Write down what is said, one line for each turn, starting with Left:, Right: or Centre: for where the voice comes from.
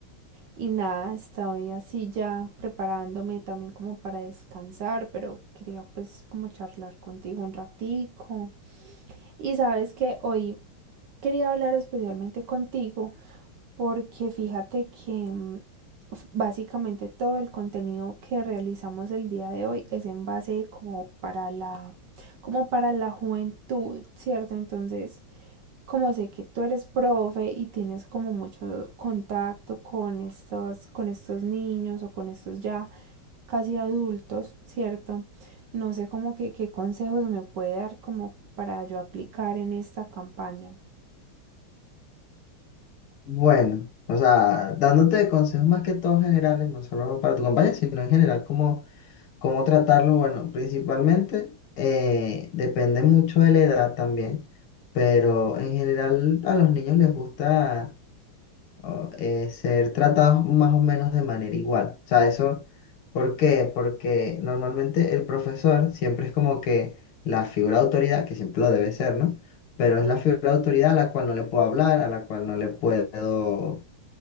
Right: y nada, estoy así ya preparándome también como para descansar, pero quería pues como charlar contigo un ratico. Y sabes que hoy quería hablar especialmente contigo porque fíjate que mm, básicamente todo el contenido que realizamos el día de hoy es en base como para la como para la juventud, ¿cierto? Entonces, como sé que tú eres profe y tienes como mucho contacto con estos con estos niños o con estos ya casi adultos, ¿cierto? No sé como que qué consejos me puede dar como para yo aplicar en esta campaña.
Left: Bueno, o sea, dándote consejos más que todo generales, no solo para tu compañía, sino en general, cómo ¿Cómo tratarlo? Bueno, principalmente eh, depende mucho de la edad también, pero en general a los niños les gusta o, eh, ser tratados más o menos de manera igual. O sea, eso, ¿por qué? Porque normalmente el profesor siempre es como que la figura de autoridad, que siempre lo debe ser, ¿no? Pero es la figura de autoridad a la cual no le puedo hablar, a la cual no le puedo